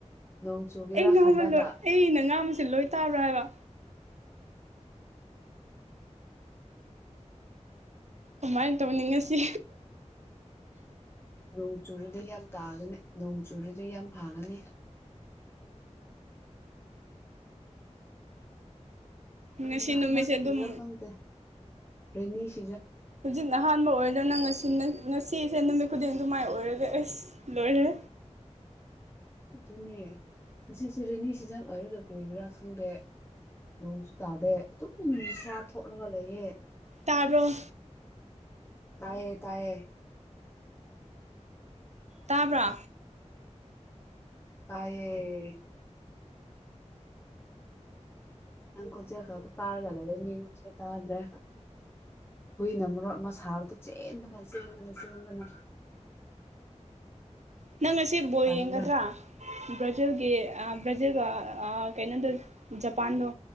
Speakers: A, on the left; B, on the right.
A: ꯅꯣꯡ ꯆꯨꯒꯦꯔꯥ
B: ꯑꯩ ꯉꯥꯃ
A: ꯈꯜꯂꯒ
B: ꯂꯣꯏ ꯑꯩꯅ ꯉꯥꯡꯁꯦ ꯂꯣꯏ ꯇꯥꯕ꯭ꯔꯥ ꯍꯥꯏꯕ ꯀꯃꯥꯏꯅ ꯇꯧꯅꯤꯡꯉꯁꯤ
A: ꯅꯣꯡ ꯆꯨꯔꯨꯗꯤ ꯌꯥꯝ ꯇꯥꯒꯅꯤ ꯅꯣꯡ ꯆꯨꯨꯔꯨꯗꯤ ꯌꯥꯝ ꯐꯥꯒꯅꯤ ꯀꯗ
B: ꯉꯁꯤ ꯅꯨꯃꯤꯠꯁꯦ
A: ꯍꯟꯗꯛꯁꯤ
B: ꯑꯗꯨꯝ
A: ꯀꯩꯔ ꯈꯪꯗꯦ ꯔꯅꯤꯁ
B: ꯍꯧꯖꯤꯛ ꯑꯍꯥꯟꯕ ꯑꯣꯏꯔꯅ ꯉ ꯁꯤꯁꯦ ꯅꯨꯃꯤꯠ ꯈꯨꯗꯤꯡ ꯑꯗꯨ ꯃꯥꯏ ꯑꯣꯏꯔꯒꯦ ꯑꯩꯁ ꯂꯣꯏꯔꯦ
A: ꯑꯗꯨꯅꯦ ꯉꯁꯤꯁꯦ ꯔꯦꯅꯤ ꯁꯤꯖꯟ ꯑꯣꯏꯔꯒ ꯀꯔꯤꯒꯤꯔꯥ ꯈꯪꯗꯦ ꯅꯣꯡꯁꯨ ꯇꯥꯗꯦ ꯑꯗꯨꯝ ꯅꯤꯁꯥ ꯊꯣꯛꯂꯒ ꯂꯩꯌꯦ
B: ꯇꯕꯔꯣ
A: ꯇꯥꯏꯌꯦ ꯇꯥꯌꯦ
B: ꯇꯥꯕ꯭ꯔꯥ
A: ꯇꯌꯦꯌꯦ ꯌꯥꯝꯪ ꯀꯣꯏꯆꯦ ꯈ ꯇꯥꯔꯒꯗꯦꯗ ꯇꯗ꯭ꯔꯦ ꯍꯨꯏꯅ ꯃꯔꯣ ꯑꯃ ꯁꯥꯕꯗ ꯆꯦꯟꯕꯅ ꯆꯦꯟꯕꯅ ꯆꯦꯟꯕꯅ
B: ꯅꯪ ꯉ ꯑꯁꯤ ꯕꯣꯏ
A: ꯇꯜꯂꯦ
B: ꯌꯦꯡꯒꯗ꯭ꯔꯥ ꯕ꯭ꯔꯥꯖꯤꯜꯒꯤ ꯕ꯭ꯔꯥꯖꯤꯜꯒ ꯀꯩꯅꯣꯗꯣ ꯖꯄꯥꯟꯗꯣ